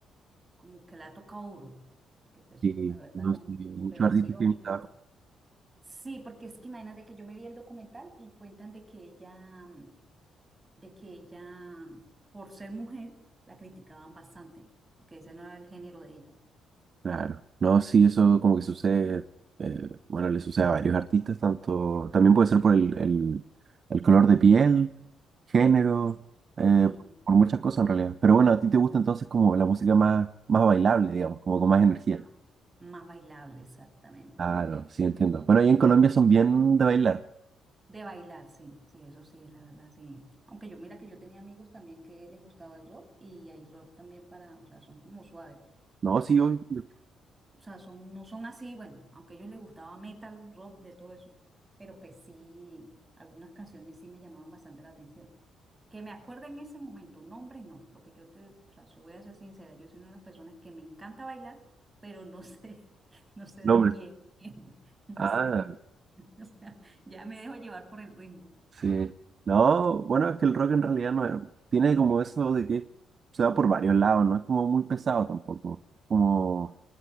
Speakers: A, on the right; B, on the right.
A: como que la ha tocado duro, que pues
B: sí,
A: la verdad,
B: no sí
A: de superación
B: muchos artistas que
A: y todo.
B: trabajo.
A: Sí, porque es que imagínate que yo me vi el documental y cuentan de que ella, mm, de que ella, por ser mujer, la criticaban bastante, porque ese no era el género de ella.
B: Claro, no, sí, eso como que sucede, eh, bueno, le sucede a varios artistas, tanto, también puede ser por el, el, el color de piel, género, eh,
A: Sí,
B: por muchas cosas en realidad. Pero bueno, a ti te gusta entonces como la música más, más bailable, digamos, como con más energía.
A: más, más bailable, exactamente.
B: Claro, sí, entiendo. Bueno, ahí en Colombia son bien de bailar.
A: De bailar, sí, sí, eso sí, es la verdad, sí. Aunque yo mira que yo tenía amigos también que les gustaba el rock y hay rock también para, o sea, son como suaves.
B: No, sí, obvio.
A: O sea, son, no son así, bueno, aunque a ellos les gustaba metal, rock, de todo eso. Pero pues sí, algunas canciones sí me llamaban bastante la atención. Que me acuerde en ese momento, nombres no. Lo que yo te, o sea, se- voy a ser sincera, yo soy una de las personas que me encanta bailar, pero no sé, <laughs> no sé de
B: No, hombre.
A: quién, quién, <laughs> no
B: Ah,
A: sé. <laughs> O sea, ya me dejo llevar por el ritmo.
B: sí. No, bueno, es que el rock en realidad no es- tiene como eso de que se va por varios lados, no es como muy pesado tampoco. Como